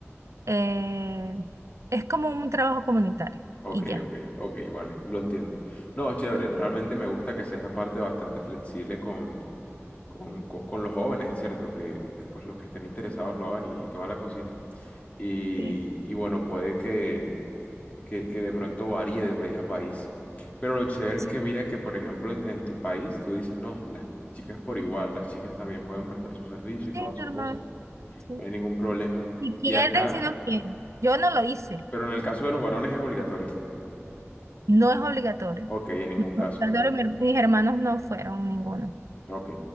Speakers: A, on the right; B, on the left.
A: Eh, es como un trabajo comunitario
B: Ok,
A: y ya.
B: ok, ok, vale, lo entiendo. No, chévere, realmente me gusta que sea esa parte bastante flexible con, con, con- con los jóvenes, es cierto, que, que pues los que estén interesados lo hagan y, y toda la cosita. Y,
A: Sí,
B: y bueno, puede que, que, que de pronto varíe de país a país. Pero lo chévere
A: sí.
B: es que mira que, por ejemplo, en, en tu país tú dices, no, las chicas por igual, las chicas también pueden prestar su servicio
A: Sí,
B: y toda su
A: normal.
B: cosa,
A: sí.
B: no hay ningún problema.
A: Si quieren,
B: Y acá,
A: si no quieren. Yo no lo hice.
B: pero en el caso de los varones es obligatorio.
A: No es obligatorio.
B: Ok, en ningún
A: No es
B: caso.
A: obligatorio. mi- Mis hermanos no fueron ninguno.
B: Ok.